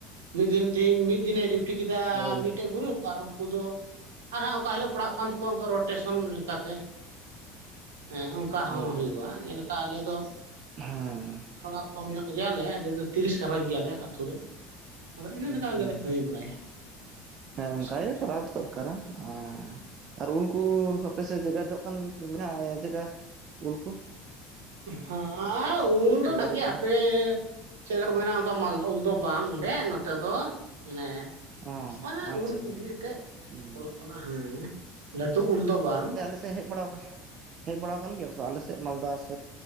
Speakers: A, on the right; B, on the right.
A: ᱢᱤᱫ ᱫᱤᱱ ᱛᱤ ᱢᱤᱫ ᱫᱤᱱ ᱪᱷᱩᱴᱤ ᱠᱮᱫᱟ
B: ᱦᱳᱭ
A: ᱢᱤᱫᱴᱟᱹᱜ
B: ᱦᱳᱭ
A: ᱜᱨᱩᱯ ᱟᱨ ᱩᱱᱠᱩ ᱫᱚ ᱟᱨ ᱦᱟᱸᱜ ᱚᱠᱟ ᱦᱤᱞᱚᱜ ᱯᱟᱲᱦᱟᱜ ᱠᱟᱱ ᱛᱟᱠᱚᱣᱟ ᱨᱚᱴᱮᱥᱚᱱ ᱞᱮᱠᱟ ᱛᱮ᱾ ᱦᱮᱸ, ᱚᱱᱠᱟ ᱦᱚᱸ
B: ᱦᱳᱭ
A: ᱦᱩᱭᱩᱜᱼᱟ᱾
B: ᱦᱳᱭ
A: ᱡᱮᱞᱮᱠᱟ ᱟᱞᱮ ᱫᱚ
B: ᱦᱮᱸ
A: ᱛᱷᱚᱲᱟ ᱠᱚᱢ ᱧᱚᱜ ᱜᱮᱭᱟᱞᱮ ᱟᱞᱮ ᱫᱚ ᱛᱤᱨᱤᱥ ᱜᱷᱟᱨᱚᱸᱡᱽ ᱜᱮᱭᱟᱞᱮ ᱟᱹᱛᱩ ᱨᱮ᱾ ᱟᱫᱚ ᱤᱱᱟᱹ
B: ᱦᱩᱸ
A: ᱞᱮᱠᱟ
B: ᱦᱩᱸ᱾
A: ᱜᱮᱞᱮ ᱠᱟᱹᱢᱤ ᱵᱟᱲᱟᱭᱟ
B: ᱦᱮᱸ ᱚᱱᱠᱟᱜᱮ
A: ᱥᱚᱢᱚᱭ
B: ᱠᱚᱨᱟ ᱫᱚ ᱫᱚᱨᱠᱟᱨᱟ᱾ ᱩᱸ᱾ ᱟᱨ ᱩᱱᱠᱩ ᱥᱚᱵ ᱟᱯᱮ ᱥᱮᱫ ᱡᱮᱜᱟ ᱡᱚᱜ ᱠᱟᱱ ᱢᱮᱱᱟᱜᱼᱟ ᱡᱮᱜᱟ ᱩᱞᱠᱩ?
A: ᱦᱟᱸ, ᱩᱞ ᱫᱚ ᱱᱟᱜ
B: ᱫᱟᱨᱮ
A: ᱜᱮᱭᱟ
B: ᱠᱚ
A: ᱦᱟᱯᱮ᱾ ᱪᱮᱫ ᱠᱚ ᱢᱮᱱᱟ, ᱚᱱᱠᱟ ᱢᱟᱞᱫᱷᱚ ᱩᱞ ᱫᱚ ᱵᱟᱝ ᱜᱮ ᱱᱚᱛᱮ ᱫᱚ᱾ ᱢᱟᱱᱮ
B: ᱚ
A: ᱚᱱᱟ
B: ᱟᱪᱪᱷᱟ
A: ᱩᱞ
B: ᱟᱪᱪᱷᱟ
A: ᱠᱚ ᱜᱮ ᱮᱱᱛᱮᱫ᱾
B: ᱦᱩᱸ
A: ᱚᱞᱚᱜ ᱠᱟᱱᱟ ᱦᱮᱸ᱾ ᱞᱟᱹᱴᱩ ᱩᱞ ᱫᱚ ᱵᱟᱝ᱾
B: ᱥᱮ ᱦᱮᱡ ᱵᱟᱲᱟᱣ ᱜᱮᱭᱟᱢ? ᱦᱮᱡ ᱵᱟᱲᱟᱣ ᱟᱠᱟᱱ ᱜᱮᱭᱟᱢ ᱥᱮ ᱟᱞᱮ ᱥᱮᱫ ᱢᱟᱞᱫᱟ ᱥᱮ